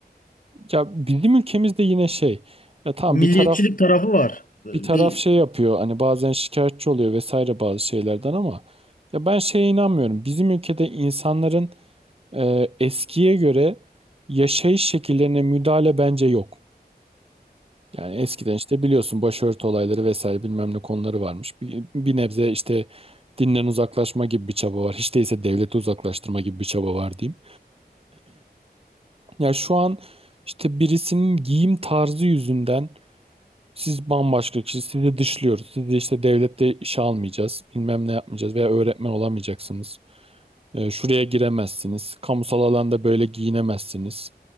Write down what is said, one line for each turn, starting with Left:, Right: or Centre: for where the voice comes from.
Right: Ya bizim ülkemizde yine şey ya tamam
Left: Milliyetçilik
Right: bir taraf
Left: tarafı var. Bir
Right: bir taraf şey yapıyor hani bazen şikayetçi oluyor vesaire bazı şeylerden ama ya ben şeye inanmıyorum. Bizim ülkede insanların e, eskiye göre yaşayış şekillerine müdahale bence yok. Yani eskiden işte biliyorsun başörtü olayları vesaire bilmem ne konuları varmış. Bir, bir nebze işte dinden uzaklaşma gibi bir çaba var. Hiç değilse devlete uzaklaştırma gibi bir çaba var diyeyim. Ya şu an işte birisinin giyim tarzı yüzünden Siz bambaşka kişi, sizi dışlıyoruz. Sizi işte devlette işe almayacağız, bilmem ne yapmayacağız veya öğretmen olamayacaksınız. Ee, şuraya giremezsiniz, kamusal alanda böyle giyinemezsiniz.